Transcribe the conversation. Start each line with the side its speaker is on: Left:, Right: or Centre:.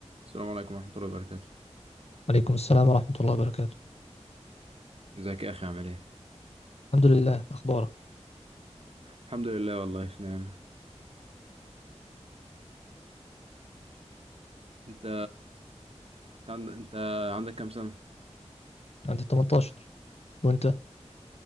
Right: السلام عليكم ورحمة الله وبركاته
Left: عليكم السلام ورحمة الله وبركاته
Right: ازيك يا أخي عامل ايه؟
Left: الحمد لله أخبارك
Right: الحمد لله والله في نعمة انت انت, عند... انت عندك كام سنة؟
Left: عندي 18 وأنت؟